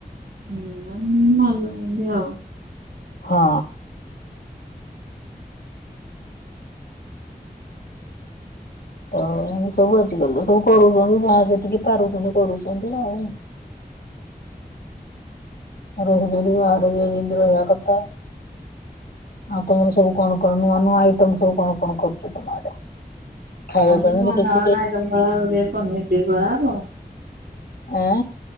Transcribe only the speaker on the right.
ହୁଁ <unintelligible> ନଲ ଲ ଆବ <unintelligible>
ଆଜି
ମନ
ଆଇଟମ କରାହବ ପନିର ଟିକେ କରାହବ।